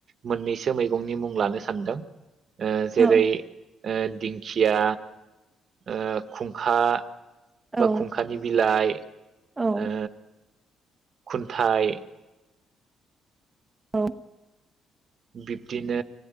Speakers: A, on the right; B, on the right.
A: मोननैसो मैगंनि मुं लानो सानदों। ओ जेरै
B: औ
A: ओ दिंखिया ओ खुंखा
B: औ
A: बा खुंखानि बिलाइ
B: औ
A: ओ खुनथाय
B: औ।
A: बिब्दिनो